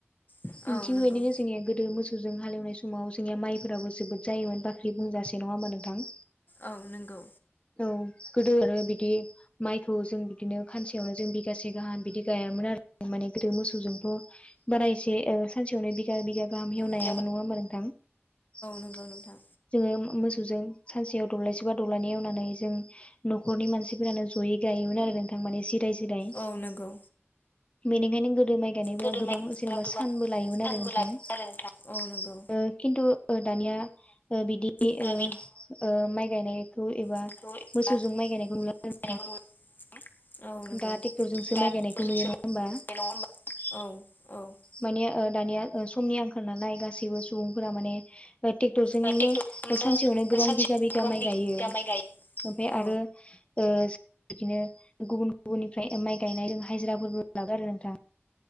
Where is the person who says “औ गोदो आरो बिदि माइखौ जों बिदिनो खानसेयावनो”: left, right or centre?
Left